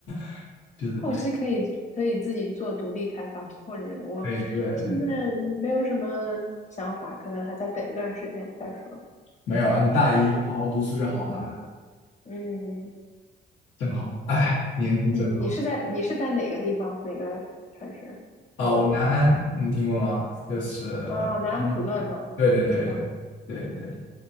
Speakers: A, on the left; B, on the left.
A: <laughs> 就是
B: 后期可以可以自己做独立开发或者我现在
A: 对对对。
B: 没有什么想法，可能还在等一段时间再说。
A: 没有啊，你大一好好读书就好了，
B: 嗯，
A: 真好。哎，年轻真好。
B: 你你是在你是在哪个地方？哪个城市？
A: 哦，
B: 哪个国家？
A: 南安，你听过吗？就是
B: 啊，南安普顿吗？
A: 英国的，对对对对对对看
B: 是吗？